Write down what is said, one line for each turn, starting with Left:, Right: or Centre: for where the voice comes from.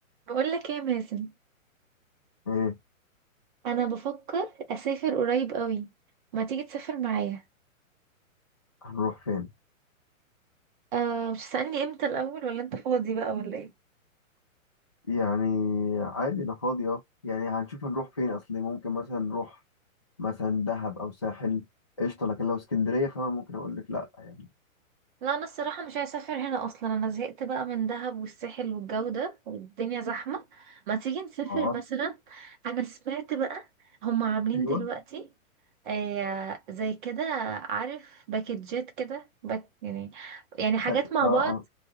Right: بقول لك ايه يا مازن
Left: ايه
Right: انا بفكر اسافر قريب قوي ما تيجي تسافر معايا
Left: هنروح فين
Right: أه مش تسألني امتى الاول ولا انت فاضي بقى ولا ايه
Left: يعني عادي انا فاضي اه يعني هنشوف هنروح فين اصلي ممكن مثلا نروح مثلا دهب او ساحل قشطه لكن لو اسكندريه فانا ممكن اقول لك لا يعني
Right: لا انا الصراحه مش عايزه اسافر هنا اصلا انا زهقت بقى من دهب والساحل والجو ده والدنيا زحمه ما تيجي نسافر
Left: اه
Right: <laughs> مثلا انا سمعت بقى هم عاملين
Left: ايوه
Right: دلوقتي آه زي كده عارف باكجات كده باك يعني يعني حاجات
Left: باك
Right: مع
Left: اه اه
Right: بعض